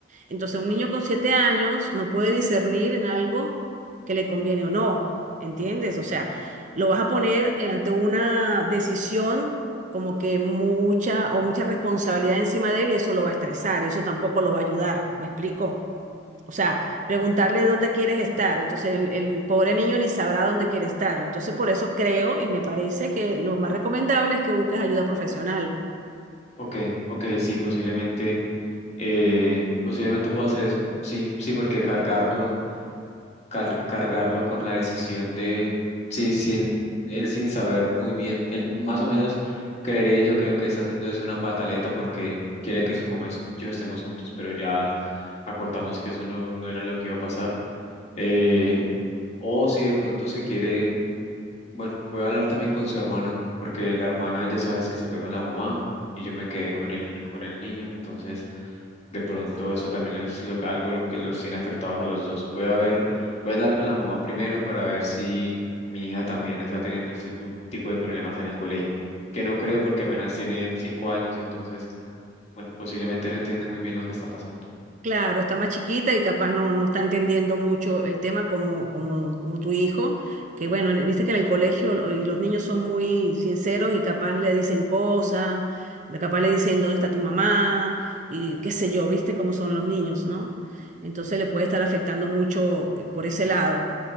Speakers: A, on the right; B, on the left.
A: Entonces, un niño con siete años no puede discernir en algo que le conviene o no, ¿entiendes? O sea, lo vas a poner eh, ante una decisión como que mucha o mucha responsabilidad encima de él y eso lo va a estresar, y eso tampoco lo va a ayudar, ¿me explico? O sea, preguntarle dónde quieres estar, entonces el, el pobre niño ni sabrá dónde quiere estar. Entonces, por eso creo y me parece que lo más recomendable es que busques ayuda profesional.
B: Ok, ok, sí, posiblemente, eh, posiblemente puedo hacer eso. Sí, sí, porque cargarlo, car- cargarlo con la decisión de, sí, sin, él sin saber muy bien, él más o menos creería yo que lo que está haciendo es una pataleta porque quiere que su mamá y yo estemos juntos, pero ya acordamos que eso no, no era lo que iba a pasar. Eh, o si de pronto se quiere bueno, voy a hablar también con su hermana, porque la hermana ya sabes que se fue con la mamá y yo me quedé con el, con el niño, entonces de pronto eso también es lo, que- algo lo que los tiene afectados a los dos. Voy a ver, voy a hablar con la mamá primero para ver si mi hija también está teniendo este tu- tipo de problemas en el colegio, que no creo porque apenas tiene cinco años, entonces, bueno, posiblemente no entiende muy bien lo que está pasando.
A: Claro, está más chiquita y capaz no, no está entendiendo mucho el tema como, como, como tu hijo, que bueno, en- viste que en el colegio lo- y los niños son muy sinceros y capaz le dicen cosas, le- capaz le dicen dónde está tu mamá y qué sé yo, viste cómo son los niños, ¿no? Entonces le puede estar afectando mucho eh, por ese lado.